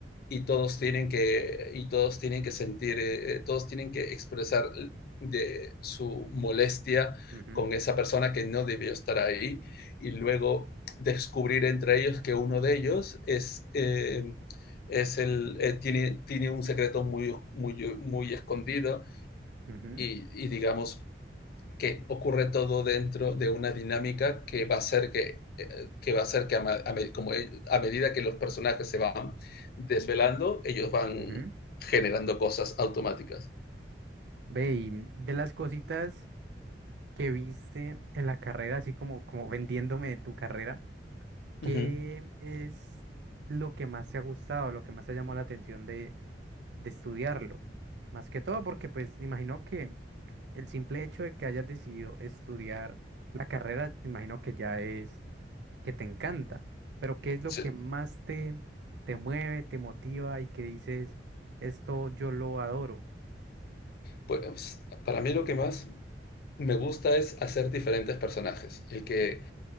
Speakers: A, on the left (about 55°); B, on the right (about 70°).
A: y todos tienen que, y todos tienen que sentir, eh, eh, todos tienen que expresar de su molestia
B: ujú,
A: con esa persona que no debió estar ahí y luego descubrir entre ellos que uno de ellos es, eh, es el, eh, tiene, tiene un secreto muy, muy, muy escondido
B: ujú,
A: y, y digamos, que ocurre todo dentro de una dinámica que va a ser que, eh, que, va a, ser que a, a, como e, a medida que los personajes se van desvelando, ellos van
B: ujú.
A: generando cosas automáticas.
B: Ve, y de las cositas que viste en la carrera, así como, como vendiéndome de tu carrera, ¿qué
A: Uh -huh.
B: es lo que más te ha gustado, lo que más te llamó la atención de, de estudiarlo? Más que todo porque pues imagino que El simple hecho de que hayas decidido estudiar la carrera, te imagino que ya es que te encanta, pero ¿qué es lo
A: sí.
B: que más te, te mueve, te motiva y que dices, esto yo lo adoro?
A: pues, para mí lo que más me gusta es hacer diferentes personajes. El que